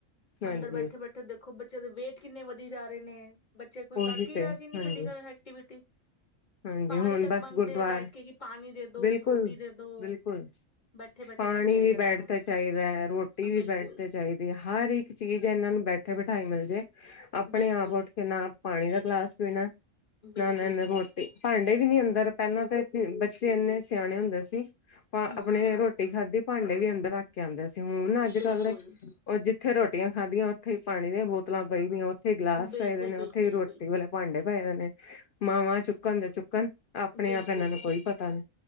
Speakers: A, on the left; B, on the left.
A: ਹਾਂਜੀ
B: ਅੰਦਰ ਬੈਠੇ ਬੈਠੇ ਦੇਖੋ ਬੱਚਿਆਂ ਦੇ ਵੇਟ ਕਿੰਨੇ ਵਧੀ ਜਾ ਰਹੇ ਨੇ ਬੱਚੇ ਕੋਈ
A: ਉਹੀ
B: ਕਰਕੇ
A: ਤੇ
B: ਇ ਰਾਜੀ ਨੀ
A: ਹਾਂਜੀ
B: ਫਿਜੀਕਲ ਐਕਟੀਵਿਟੀ
A: ਹਾਂਜੀ
B: ਪਾਣੀ
A: ਹੁਣ
B: ਤੱਕ
A: ਬਸ
B: ਮੰਗਦੇ
A: ਗੁਰਦੁਆਰ
B: ਆ ਬੈਠ ਕੇ ਕਿ ਪਾਣੀ ਦੇ ਦੋ
A: ਬਿਲਕੁਲ-ਬਿਲਕੁਲ
B: ਰੋਟੀ ਦੇ ਦੋ ਬੈਠੇ ਬੈਠੇ
A: ਪਾਣੀ
B: ਸਭ ਚਾਹੀਦਾ
A: ਵੀ ਬੈਠ
B: ਇਹਨਾਂ ਨੂੰ
A: ਤੇ ਚਾਹੀਦਾ ਹੈ ਰੋਟੀ ਵੀ
B: ਬਿਲਕੁਲ
A: ਬੈਠ ਤੇ ਚਾਹੀਦੀ ਹੈ ਹਰ ਇੱਕ ਚੀਜ਼ ਇਹਨਾਂ ਨੂੰ ਬੈਠੇ ਬਿਠਾਈ ਮਿਲ ਜੇ ਆਪਣੇ
B: ਬਿਲਕੁਲ
A: ਆਪ ਉੱਠ ਕੇ ਨਾ ਪਾਣੀ ਦਾ ਗਲਾਸ ਪੀਣਾ
B: ਬਿਲਕੁਲ
A: ਨਾ ਲੈਨਾ ਰੋ ਭਾਂਡੇ ਵੀ ਨੀ ਅੰਦਰ ਪਹਿਲਾਂ ਤੇ ਹੂੰ, ਬੱਚੇ ਇੰਨੇ ਸਿਆਣੇ ਹੁੰਦੇ ਸੀ। ਉਹ
B: ਹਮ
A: ਆਪਣੇ ਰੋਟੀ ਖਾਧੀ। ਭਾਂਡੇ ਵੀ ਅੰਦਰ ਰੱਖ ਕੇ ਆਉਂਦੇ ਸੀ। ਹੁਣ ਅੱਜ
B: ਬਿਲਕੁਲ
A: ਕੱਲ ਤੇ, ਉਹ ਜੀ ਉੱਥੇ ਰੋਟੀਆਂ ਖਾਧਦੀਆਂ ਉੱਥੇ ਹੀ ਪਾਣੀ ਦੀਆਂ ਬੋਤਲਾਂ ਪਈਦੀਆਂ ਓ ਉੱਥੇ ਹੀ ਗਿਲਾਸ
B: ਬਿਲਕੁਲ
A: ਪਏਦੇ ਨੇ,
B: ਬਿਲਕੁਲ
A: ਉੱਥੇ ਹੀ ਰੋਟੀ
B: ਬਿਲਕੁਲ
A: ਵਾਲੇ ਭਾਂਡੇ ਪਏਦੇ ਨੇ। ਮਾਵਾਂ ਚੁੱਕ ਚੁੱਕਣ ਤੇ ਚੁੱਕਣ। ਆਪਣੇ
B: ਬਿਲਕੁਲ,
A: ਆਪ ਇਹਨਾਂ ਨੂੰ ਕੋਈ ਪਤਾ ਨੀ